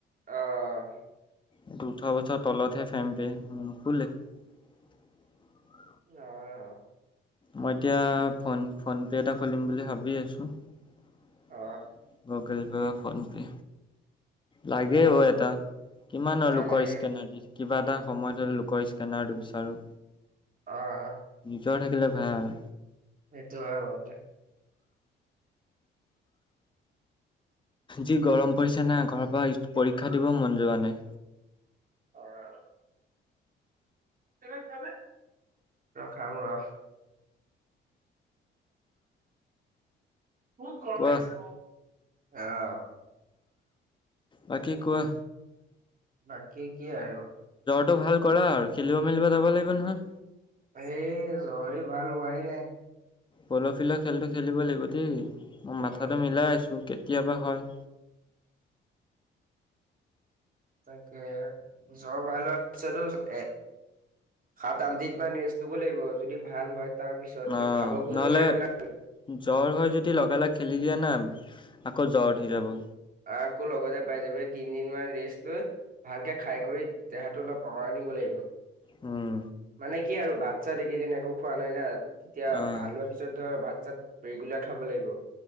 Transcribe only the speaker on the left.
এইটো উঠোৰ বছৰ তলত হে <unintelligible>
মই এতিয়া ফোন ফোন পে এটা খুলিম বুলি ভাবি আছো <inaudible>
গুগেল পে ফোনপে। লাগে
হ এটা কিমান
আৰু লোকৰ
স্কেনাৰ দি কিবা এটা সময় হ'লে লোকৰ স্কেনাৰটো বিচাৰোঁ।
জ্বৰ থাকিলে ভাল।
যি গৰম পৰিছে না ঘৰ পৰা পৰীক্ষা দিব মন যোৱা নাই।
কোৱা
বাকী কোৱা
টো ভাল কৰা আৰু খেলিব মেলিব যাব লাগিব নহয়।
পৰখিলৈ খেলটো খেলিব লাগিব দেই মই
মাথাটো মিলাই আছো কেতিয়াবা হয়।
অ
নহ'লে
জ্বৰ
হয় যদি লগালগ খেলি দিয়া না। আকৌ জ্বৰ উঠি যাব।
উম।
অঁ